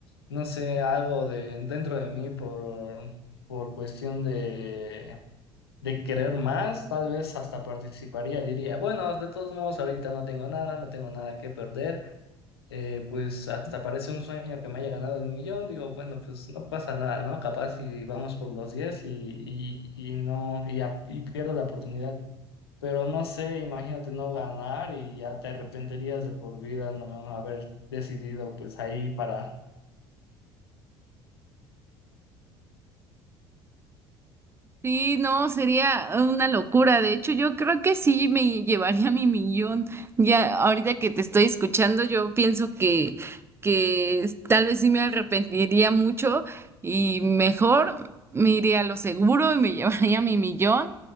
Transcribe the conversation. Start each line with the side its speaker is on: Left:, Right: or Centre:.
Left: no sé, algo de dentro de mí por, por cuestión de, de querer más, tal vez hasta participaría, diría, bueno, de todos modos ahorita no tengo nada, no tengo nada que perder, eh, pues hasta parece un sueño que me haya ganado el millón, digo, bueno, pues no pasa nada, ¿no? Capaz si vamos por los 10 y, y, y no, y, a- y pierdo la oportunidad pero no sé, imagínate no ganar y ya te arrepentirías de por vida no haber decidido pues ahí para...
Right: Sí, no, sería una locura. De hecho, yo creo que sí me llevaría mi millón. Ya ahorita que te estoy escuchando, yo pienso que, que tal vez sí me arrepentiría mucho y mejor me iría a lo seguro y me <laughs> llevaría mi millón